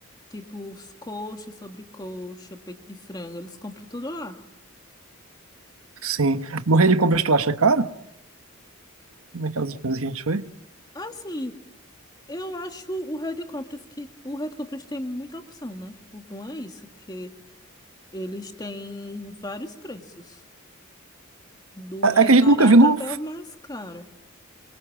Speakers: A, on the left (about 20°); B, on the right (about 85°).
A: tipo, os coxa, sobrecoxa, peito de frango, eles compram tudo lá.
B: Sim. Morrer de compras tu acha caro? Naquelas coisas que a gente foi?
A: Assim, eu acho o Red Compras que... O Red Compras tem muita opção, né? O bom é isso, porque eles têm vários preços. Do mais
B: É é que a gente
A: barato
B: nunca viu no.
A: até o mais caro.